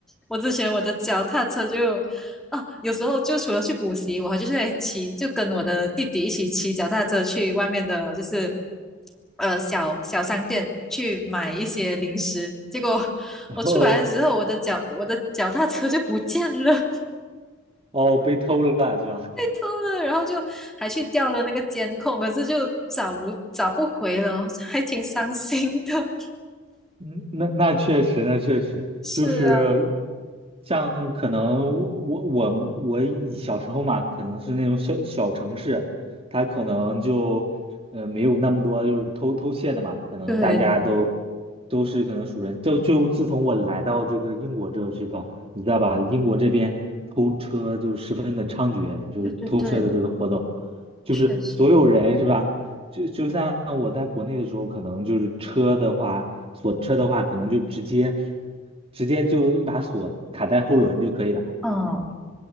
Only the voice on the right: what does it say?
然后
哦被偷了是吧？
嗯，那那确实，那确实就是
像可能我我我我以小时候嘛，可能是那种小小城市，它可能就呃没有那么多就是偷偷窃的嘛，可能大家都
都是可能熟人。就就自从我来到这个英国这个地方，你知道吧？英国这边偷车就十分的猖獗，就是偷车的这个活动，
就是所有人是吧？
就就像我在国内的时候，可能就是车的话，锁车的话，可能就直接直接就一把锁卡在后轮就可以了。